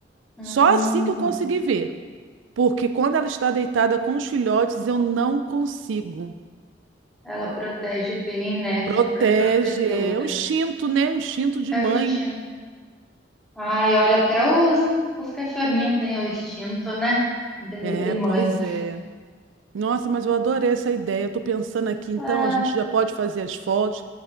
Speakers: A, in the centre; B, on the right (about 85°).
A: Hum,
B: Só assim que eu consegui ver, porque quando ela está deitada com os filhotes, eu não consigo.
A: ela protege bem, né?
B: Protege,
A: Super protetora.
B: é o instinto, né? O instinto de
A: É
B: mãe.
A: o instinto. Ai, olha, até os, os cachorrinhos têm o instinto, né? De,
B: É,
A: de mãe.
B: pois é. Nossa, mas eu adorei essa ideia. Eu tô pensando aqui, então,
A: É,
B: a gente já pode fazer as fotos.